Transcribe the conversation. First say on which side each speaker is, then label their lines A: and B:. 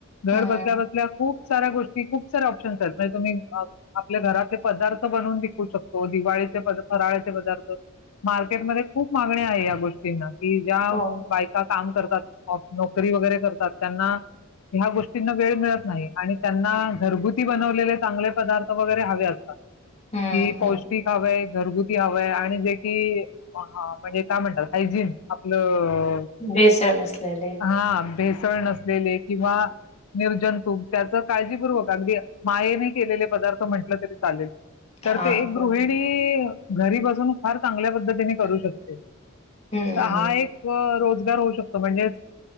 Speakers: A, on the left (about 85°); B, on the left (about 30°).
A: घर
B: हं.
A: बसल्या बसल्या खूप साऱ्या गोष्ट खूप साऱ्या ऑप्शन्स आहेत म्हणजे तुम्ही आपल्या घरातले पदार्थ बनवून विकू शकतो, दिवाळीचे फराळाचे पदार्थ मार्केटमध्ये खूप मागणी आहे या गोष्टींना. कि ज्या
B: हो.
A: बायका काम करतात, नोकरी वगैरे करतात, त्यांना ह्या गोष्टींना वेळ मिळत नाही. आणि त्यांना घरगुती बनवलेले चांगले पदार्थ वगैरे हवे असते.
B: हं,
A: कि पौष्टिक
B: हं.
A: हव घरगुती हव आहे, आणि जे की म्हणजे काय म्हणतात हायजीन आपलं हो
B: भेसळ नसलेले.
A: हा बेस. सळ नसलेले. किंवा निर्जन तुम त्याच काळजीपूर्वक अगदी मायेने केलेले पदार्थ म्हटलं तरी चालेल.
B: हां,
A: तर ते एक गृहिणी
B: हो ना.
A: घरी बसून फार चांगल्या पद्धतीने करू शकते
B: हं,
A: हा
B: हं.
A: एक रो गार होउ शकतो, म्हणजे